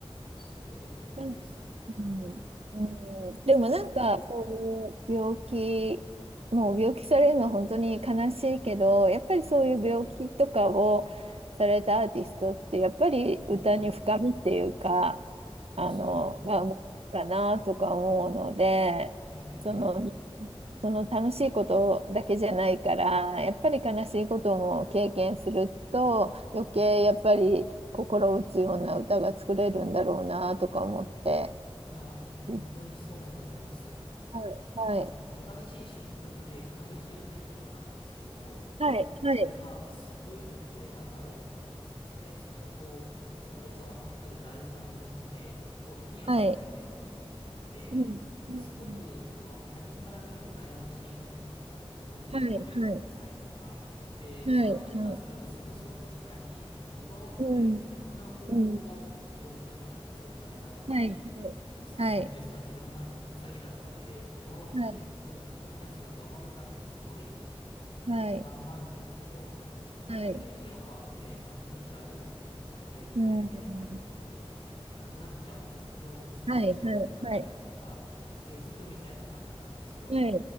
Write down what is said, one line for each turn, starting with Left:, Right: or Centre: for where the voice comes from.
Left: すごいですよね。アーティストって本当、
Right: なんうん、うんでもなんかそういう病気、
Left: あのレベルは。
Right: もう病気されるのは本当に悲しいけど、やっぱりそういう病気とかをされたアーティストって、やっぱり歌に深みっていうか、
Left: ええ、
Right: あの、
Left: そう。
Right: が生まれるかなとか思うので、
Left: ええ、
Right: その、
Left: ええ
Right: その楽しいことだけじゃないから、やっぱり悲しいことも経験すると、余計やっぱり心打つような歌が作れるんだろうなとか思って。
Left: いや、本当にそうだと思います。
Right: はいはい。
Left: あ、新しい新曲で怪獣っていうのが出たんですけれど、
Right: はい、はい、
Left: これがすごい曲で、なんだろう。まあ、説明すると、こう、その人が持ってる大事なものって、こう、目には見えないんですけど、
Right: はい。
Left: 持っていて、
Right: うん、
Left: で、
Right: うん、
Left: すごく、その、他人から見ると羨ましいみたいな、その、持ってる能力とか才能が。
Right: はい、はい、
Left: で、
Right: はい、
Left: 周りの人はそれを潰そうとしたり、
Right: はい、
Left: 奪おうとしたり、
Right: うん、
Left: いろんな方法を、
Right: うん、
Left: 色仕掛けだったり、お金だったり、
Right: はい、はい。
Left: こう、催眠術だって、
Right: はい、
Left: いろんな詐欺だったりで奪おうとしてくるんです。
Right: はい、
Left: 本人はそれを守るためにすごい、えっと、
Right: はい、
Left: 頑張るんですけど、
Right: はい、
Left: まあ、最終的にはまあね、
Right: はい、
Left: あの、命あるので人間ってやっぱり、
Right: うん、
Left: あの、亡くなっちゃうんですけど、でもその意思をこう誰かにまた受け継ぐみたいな感じなんですよ。
Right: はい、はい、はい、は